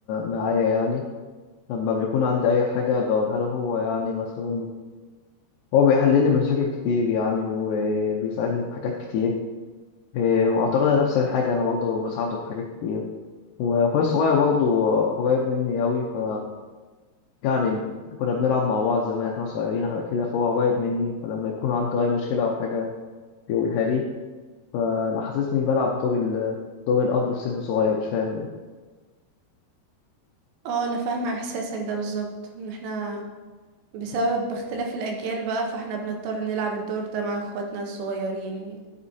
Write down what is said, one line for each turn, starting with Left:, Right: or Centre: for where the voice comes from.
Left: معايا يعني لما بيكون عندي اي حاجه بقولها له هو يعني مثلا وهو بيحل لي مشاكل كتير يعني وبيساعدني في حاجات كتير إيه، وأعتقد نفس الحاجة أنا برضه بساعده في حاجات كتير وأخويا الصغير برضه قريب مني أوي ف يعني كنا بنلعب مع بعض زمان إحنا صغيرين وحاجات كده فهو قريب مني فلما يكون عنده أي مشكلة أو حاجة بيقولها لي أنا حاسسني بلعب دور ال دور الأب في سن صغير مش فاهم ليه
Right: اه انا فاهمة احساسك ده بالظبط ان احنا بسبب اختلاف الاجيال بقى فاحنا بنضطر نلعب الدور ده مع اخواتنا الصغيرين